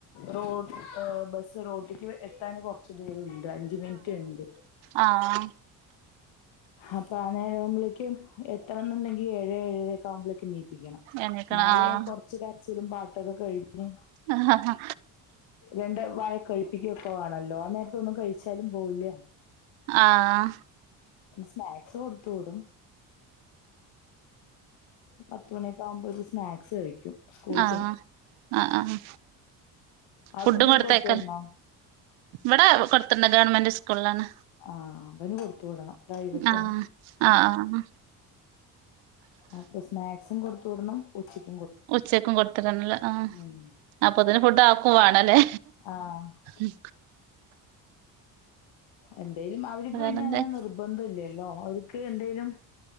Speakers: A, on the left (about 70°); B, on the right (about 75°).
A: റോഡ ബസ്സ് റോട്ടിക്ക് എത്താൻ കൊറച്ച് ദൂരംണ്ട് അഞ്ച മിനിറ്റ് ഉണ്ട്
B: ആഹ
A: അപ്പൊ അനേരം ആവുമ്പോളേക്കും എത്തണം എന്നുണ്ടെങ്കി ഏഴേ ഏഴ ഒക്കെ ആവുമ്പോഴേക്കും നീ ക്കണം
B: എണീക്കണം
A: എന്നാലേ
B: ആഹ്
A: കൊറച്ച കാച്ചിലും പാട്ടൊക്കെ കഴിഞ്ഞ്
B: ആ ആ ആാ
A: രണ്ട് വായ കഴിപ്പിക്കൊക്കെ ആണല്ലോ ആ നേരത്തൊന്നും കഴിച്ചാലും പോവില്ല
B: ആഹ
A: പി സ്നാക്സ് കൊടുത്ത വിടും പത്തുമണിയൊക്കെ ആവുമ്പോ ഒരു ഒരു സ്നാക്സ് കഴിക്കും സ്കൂള്
B: ആഹ്
A: ചേന്ന്ട്ട
B: ആഹ് ആഹ്
A: ആടെ
B: ഫുഡും
A: കുട്ടികൾക്ക്
B: കൊടുത്തയക്കൽ
A: കൊടുത്തു തന്നോ
B: ഇവിടെ കൊടുത്തിണ്ട് ഗവൺമെന്റ് സ്കൂളാണ്
A: ആഹ് അവന് കൊടുത്തു വിടണം പ്രൈവറ്റാണ്
B: ആഹ ആഹ ആ
A: അപ്പൊ സ്നാക്സും കൊടുത്ത വിടണം ഉച്ചക്ക്
B: ഉച്ചക്കും കൊട് ത്ത് ടണല്ല ആ
A: ഉം
B: അപ്പൊതിന് ഫുഡാക്കും വേണംല്ലേ
A: ആഹ
B: ഉം
A: എന്തേലും അവർക്ക്
B: വേറെന്താ
A: പിന്നങ്ങനെ നിർബന്ധല്ല്യല്ലോ അവർക്ക് എന്തേലും